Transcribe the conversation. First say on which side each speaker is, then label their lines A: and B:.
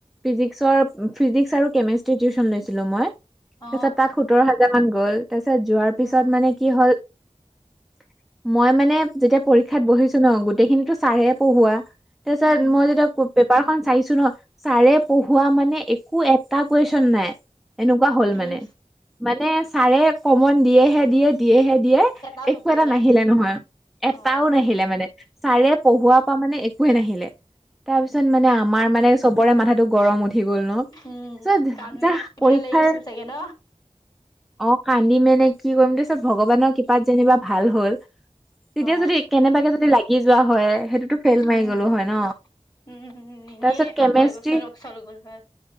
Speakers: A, in the centre; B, on the left (about 35°).
A: ফিজিকসৰ, ফিজিক্স আৰু কেমেষ্ট্ৰিৰ টিউশন লৈছিলো মই। তাছত
B: অ
A: তাত সোতৰ হাজাৰ মান গ'ল, তাৰপিছত যোৱাৰ
B: উম
A: পিছত মানে কি হল, - মই মানে যেতিয়া, পৰীক্ষাত বহিছো ন গোটেইখিনিটো ছাৰে পঢ়োৱা। তাপিছত
B: উম
A: মই য়েতিয়া কুদ- পেপাৰখন চাইছো ন, ছাৰে পঢ়োৱা মানে একো এটা কুৱেশচন নাই। এনেকুৱা হ'ল
B: উম
A: মানে, মানে ছাৰে কমন দিয়েহে দিয়ে- দিয়েহে দিয়ে।
B: এটাও নপৰিলে
A: একো এটা নাহিলে নহয় এটাও
B: অ
A: নাহিলে মানে। ছাৰে পঢ়োৱা পা মানে একোৱে নাহিলে। তাৰ পিছত মানে আমাৰ মানে চবৰে মাথাটো- গৰম উঠি গ'ল ন। থেত
B: উম কানুৱে
A: যাহ
B: নিয়া
A: পৰীক্ষাৰ-
B: লাগি গৈছিল চাগে ন
A: অঁ কান্দি মেনে কি কৰিম তাপিছত ভগৱানৰ কৃপাত যেনিবা ভাল হল। তেতিয়া
B: অ
A: যদি কেনেবাকে যদি লাগি যোৱা হয় সেইটোতো- ফেইল
B: উম
A: মাৰি গ'লো হয় ন!
B: উম এনেই
A: তাৰপিছত কেমেষ্ট্ৰি-
B: আকৌ এবছৰ অকচল গ'ল হয়